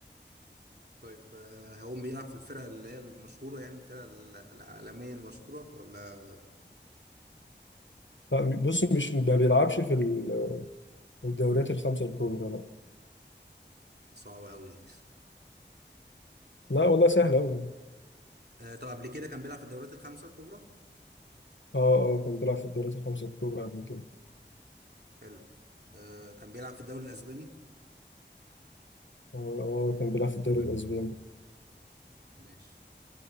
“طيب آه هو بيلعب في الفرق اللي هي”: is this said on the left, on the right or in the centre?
Right